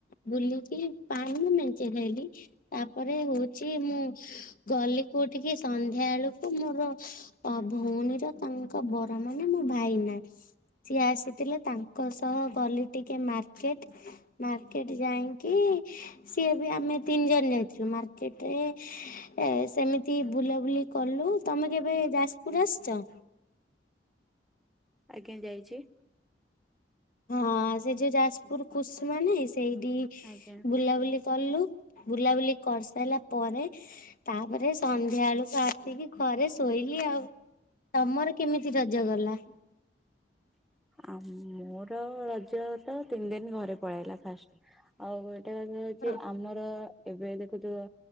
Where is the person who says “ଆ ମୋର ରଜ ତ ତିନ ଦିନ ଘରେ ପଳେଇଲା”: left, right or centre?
Centre